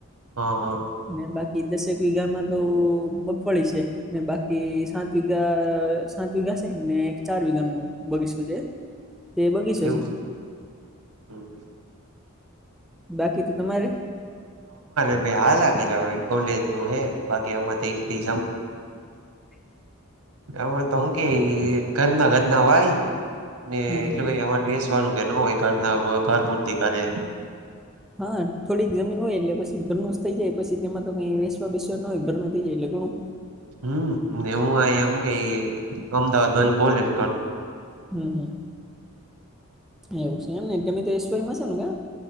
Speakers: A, on the right (about 85°); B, in the centre.
A: હા, હા.
B: ને બાકી દસેક વીઘામાં તો મગફળી સે. ને બાકી સાત વિઘા, સાત વિઘા સાત સે, ને એક ચાર વિઘાનું બગીસું છે. <inaudible> બગીચો
A: એવું
B: છે
A: સે! હમ્મ.
B: બાકી તો તમારે? અમારે
A: ભાઈ હાલા કર્યા હવે કોલેજ નું હે બાકી આમાં તો એટલી કઈ
B: <inaudible>
A: અમે તો હું કેઈ? ઈ ઘરના-ઘરના વાઈ. ને
B: હમ
A: એટલું
B: હમ.
A: કાંઈ અમારે વેસવાનું કે ન હોય, ઘર ના વ ઘર પૂરતી કરે.
B: હા. થોડીક જમીન હોય. એટલે પસી ઘરનું જ થઈ જાય, પસી તેમાં તો ક્યાંય વેસવા-બેસવાન નો હોય, ઘરનું થઈ જાય એટલે ઘણું.
A: હમ્મ. ને હું અહિયાં હું કેઈ, અમદાવાદ બાજુ કોલેજ કરું.
B: હમ્મ-હમ્મ. એવું સે એમને. તમે તો એસ વાયમાં હશો ને કાં?